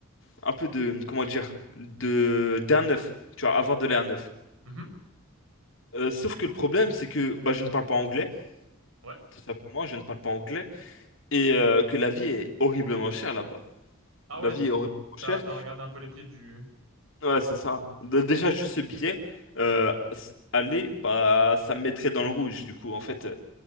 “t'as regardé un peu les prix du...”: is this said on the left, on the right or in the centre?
Right